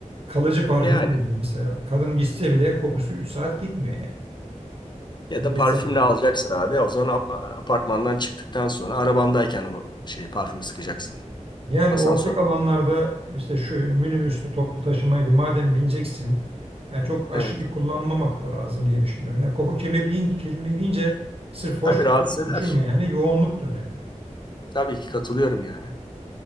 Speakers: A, on the right; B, on the left.
A: Kalıcı parfümler
B: Yani
A: oluyor mesela. Kadın gitse bile kokusu 3 saat gitmiyor yani.
B: ya
A: Vesaire.
B: da parfümle alacaksın abi. O zaman ap- apartmandan çıktıktan sonra arabandayken o şeyi parfümü sıkacaksın.
A: Yani
B: Asansör.
A: ortak alanlarda işte şu minibüslü toplu taşımaydı madem bineceksin yani çok aşırı
B: Evet.
A: kullanmamak da lazım diye düşünüyorum. Yani koku kirli deyince, kirli deyince sırf hoş
B: Tabii
A: koku
B: rahatsız
A: diye
B: eder.
A: düşünme yani yoğunluk da önemli.
B: Tabii ki katılıyorum yani.